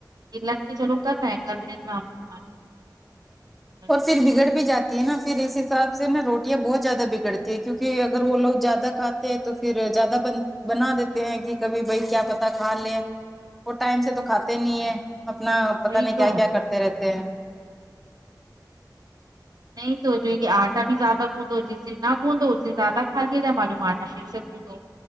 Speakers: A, on the right (about 60°); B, in the centre.
A: کے لے کے چلو کرہے ہے کام اپنا بس
B: اور پھر بگڑ بھی جاتے نا پھر اس حساب سے نا روٹیاں بہت زیادہ بگڑتی ہے کیونک اگر وہ لوگ زیادہ کھاتے تو پھر زیادہ بن بنا دیتے ہیں کہ کبھی بھائی کیا پتا کھا لے وہ ٹائم سے تو کھاتے نہیں ہیں اپنا پتہ
A: وہی
B: نہیں کیا
A: تو
B: کیا کرتے رہتے ہیں
A: نہیں تو جوو کہ آٹا بھی زیادہ گوندو جسے نہ گوندو اسے زیادہ کھا لیا جاۓ معلوم آٹا <unintelligible>